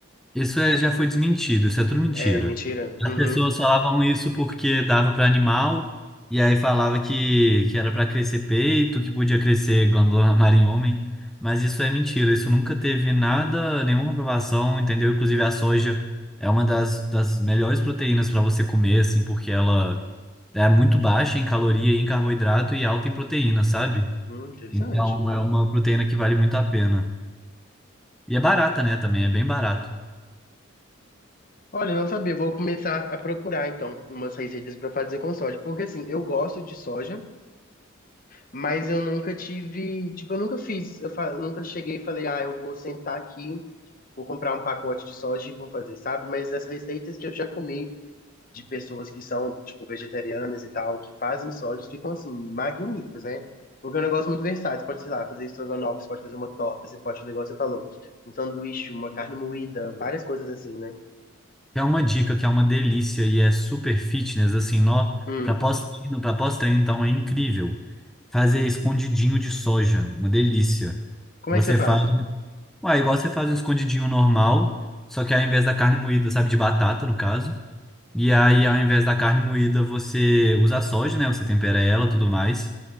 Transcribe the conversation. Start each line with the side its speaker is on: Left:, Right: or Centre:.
Centre: Isso é- já foi desmentido, isso é tudo mentira.
Left: É, mentira.
Centre: As
Left: Uhum.
Centre: pessoas falavam isso porque dava para animal, e aí falava que, que era para crescer peito, que podia crescer glândula <laughs> mamária em homem, mas isso é mentira, isso nunca teve nada, nenhuma comprovação, entendeu? Inclusive a soja é uma das, das melhores proteínas para você comer, assim, porque ela é muito baixa em caloria e em carboidrato e alta em proteína, sabe?
Left: Hum, interessante.
Centre: Então é uma proteína que vale muito a pena. E é barata, né, também, é bem barato.
Left: Olha, eu não sabia, vou começar a procurar então umas receitas para fazer com soja, porque assim, eu gosto de soja, Mas eu nunca tive, tipo, eu nunca fiz, eu fa- nunca cheguei e falei, ah, eu vou sentar aqui, vou comprar um pacote de soja e vou fazer, sabe? Mas as receitas que eu já comi de pessoas que são, tipo, vegetarianas e tal, que fazem soja, ficam, assim, magníficas, né? Porque é um negócio muito versátil, você pode, sei lá, fazer estrogonofe, você pode fazer uma torta, você pode fazer, igual você falou, um sanduíche, uma carne moída, várias coisas assim, né?
Centre: É uma dica que é uma delícia e é super fitness, assim, nó,
Left: Hum.
Centre: para pós-treino, para pós-treino, então é incrível. Fazer escondidinho de soja, uma delícia.
Left: Como
Centre: Você
Left: é que você faz?
Centre: faz, ué, igual você faz um escondidinho normal, só que ao invés da carne moída, sabe, de batata, no caso, e aí ao invés da carne moída, você usa a soja, né? Você tempera ela, tudo mais.